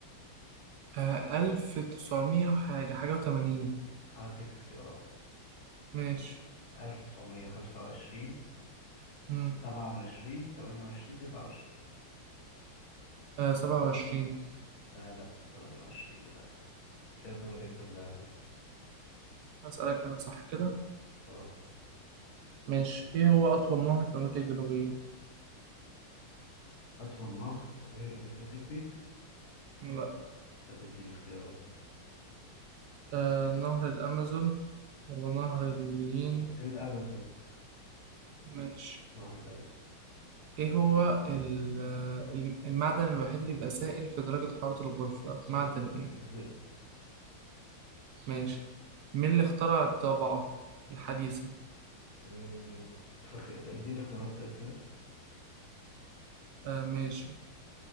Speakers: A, on the right; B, on the left.
A: آه ألف تسعمية وحاجة حاجة وتمانين
B: هديك اختيارات
A: ماشي
B: 1925
A: مم.
B: 27 28 29
A: آه سبعة وعشرين
B: آه لا 28 للأسف كده دورك أنت اللي هتسأل
A: هسألك أنا صح كده
B: اه
A: ماشي إيه هو أطول نهر في أمريكا الجنوبية؟
B: أطول نهر غير المسيسيبي
A: لا
B: طب اديني اختيارات
A: آه نهر الأمازون ولا نهر الليين
B: الأمازون
A: ماشي
B: نهر الأمازون
A: إيه هو ال- آه، الم- المعدن الوحيد اللي بيبقى سائل في درجة حرارة الغرفة؟ معدن
B: الز-
A: إيه؟
B: الزئبق
A: ماشي مين اللي اخترع الطبعة الحديثة؟
B: أمم، فاكر ده اديني اختيارات طيب كده
A: آه ماشي